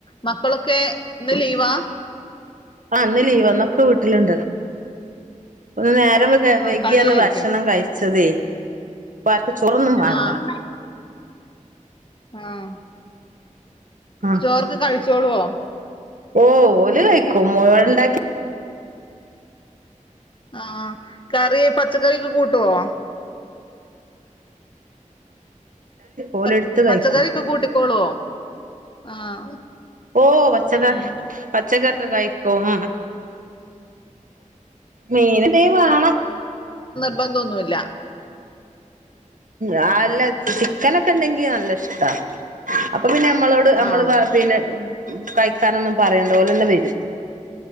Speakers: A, on the left; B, on the right.
A: മക്കളൊക്കേ ഇന്ന് ലീവാ?
B: ആഹ് ഇന്ന് ലീവാ ഇന്നൊക്കെ വീട്ടില്ണ്ട് ഒന്ന് നേരം വെ ക്കെ
A: ആ
B: വൈകിയാണ്
A: കളിയായിരിക്കും
B: ഭക്ഷണം കഴിച്ചതേ അപ്പൊ ആർക്കും ചോറൊന്നും വാണ്ട.
A: ആ ആഹ്
B: ആ
A: ചോറൊക്കെ കഴിച്ചോളുവോ
B: ഓ ഓല് കഴിക്കും മുഴുവുണ്ടാക്കി
A: ആഹ് കറി പച്ചക്കറിഒക്കെ കൂട്ടുവോ
B: ഓലെടുത്ത്
A: പച്
B: കഴിക്കും
A: പച്ചക്കറി ഒക്കെ കൂട്ടിക്കോളുവോ ആഹ്
B: ഓഹ് പച്ചക്കറി
A: ഉം
B: പച്ചക്കറി ഒക്കെ കഴിക്കും മീനെന്തേ വാണം
A: നിർബന്ധൊന്നൂല്ല
B: അല്ല ചിക്കനൊക്കെ ഇണ്ടെങ്കി നല്ല ഇഷ്ടാ അപ്പൊ പിന്നെ നമ്മളോട് നമ്മള്
A: ആഹ്
B: പിന്നെ കഴിക്കാനൊന്നും പറയണ്ട ഓലന്നെ വെരും